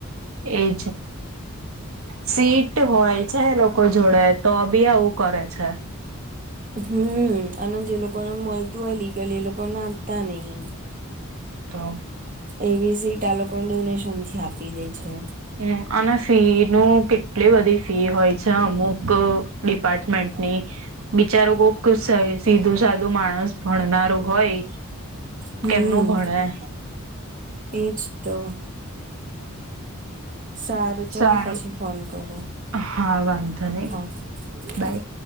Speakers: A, on the right; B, on the right.
A: એજ સીટ. હોય છે લોકો જોડે તો બી આવું કરે છે.
B: હમ અને જે લોકોને મળતું હોય લીગલ એ લોકોને આપતા નહી.
A: તો.
B: એવી સીટ આલોકોન ડોનેશન થી આપી દે છે.
A: હમ અને ફી ન કેટલી બધી ફી હોય છે અમુક તો ડિપાર્ટમેન્ટની.? બિચારો કોક સીધું સાધું માણસ ભણનારું હોય
B: હમ
A: કેમનું ભણેે.
B: એજ તો. સારું ચાલો
A: સારું
B: પછી ફોન કરો
A: હા વાંધો નહી
B: હા હા.
A: બાય